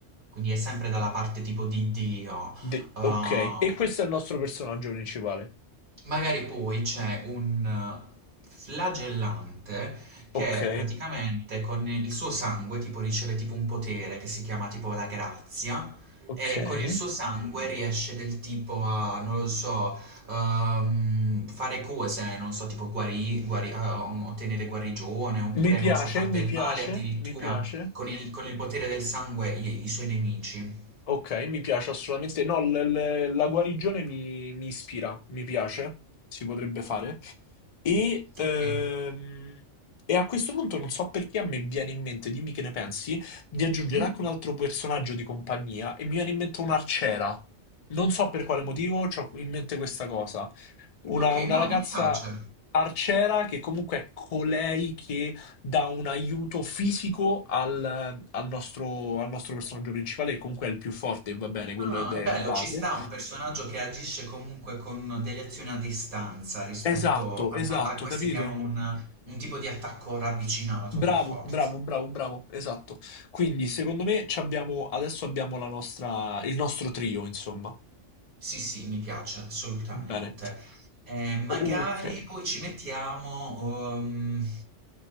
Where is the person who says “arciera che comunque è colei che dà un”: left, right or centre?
Left